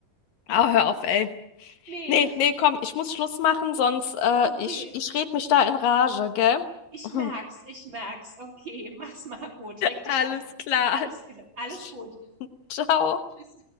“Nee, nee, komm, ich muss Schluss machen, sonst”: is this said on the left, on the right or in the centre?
Left